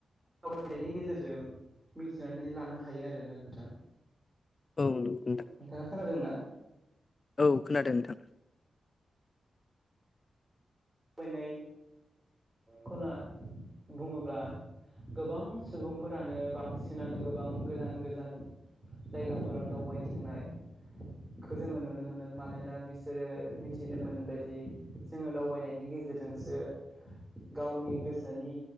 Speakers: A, on the right (about 15°); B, on the left (about 35°).
A: सावरायनायनि गेजेरजों मिथिनानै लानो हायो आरोना नोंथां।
B: औ नोंगो नोंथां।
A: नोंथाङा खोनादों ना?
B: औ खोनादों नोंथां।
A: फोयनाय खौला बुङोब्ला गोबां सुबुंफोरानो बांसिनानो गोबां गोजान गोजान जायगाफोराव दावबायथिंनाय खौ जोङो नुनो मोनो मानोना बिसोरो मिथिनो मोनबायदि जोङो दावबायनायनि गेजेरजोंसो गावनि गोसोनि